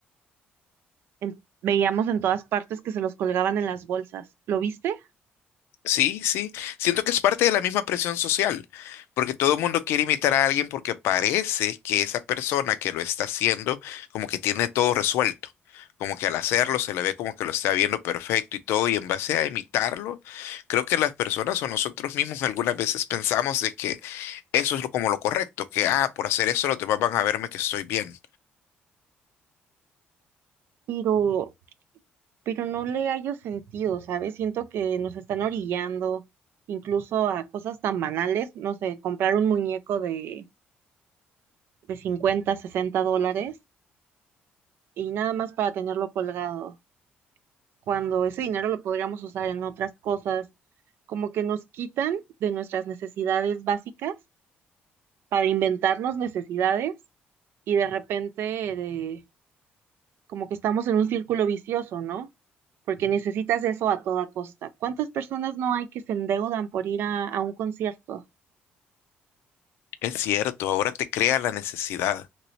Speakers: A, on the right; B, on the left.
A: en- veíamos en todas partes que se los colgaban en las bolsas. ¿Lo viste?
B: Sí, sí. Siento que es parte de la misma presión social, porque todo el mundo quiere imitar a alguien porque parece que esa persona que lo está haciendo como que tiene todo resuelto, como que al hacerlo se le ve como que lo está viendo perfecto y todo, y en base a imitarlo, creo que las personas o nosotros mismos algunas veces pensamos de que eso es lo- como lo correcto, que ah, por hacer eso los demás van a verme que estoy bien.
A: Pero pero no le hallo sentido, ¿sabes? Siento que nos están orillando incluso a cosas tan banales, no sé, comprar un muñeco de, de 50, 60 dólares y nada más para tenerlo colgado, cuando ese dinero lo podríamos usar en otras cosas, como que nos quitan de nuestras necesidades básicas para inventarnos necesidades y de repente de como que estamos en un círculo vicioso, ¿no? Porque necesitas eso a toda costa. ¿Cuántas personas no hay que se endeudan por ir a, a un concierto?
B: Es cierto, ahora te crea la necesidad.